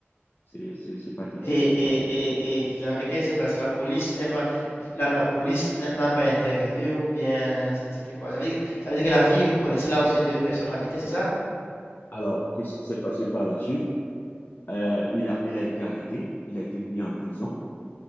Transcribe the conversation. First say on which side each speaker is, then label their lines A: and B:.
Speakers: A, on the left; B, on the left.
A: c'est, c'est- c'est pathétique.
B: Et, et, et, et, finalement, et qu'est-ce qui s'est passé? La police n'est pas, la, la police n'a n'a pas intervenu ou bien c'est- c'était quoi? Ça veut dire, ça veut dire que la fille connaissait là où ces deux personnes habitaient, c'est ça?
A: Alors, qu'est-ce qui s'est passé par la suite? Euh, il a, il a été arrêté. Il a été mis en prison.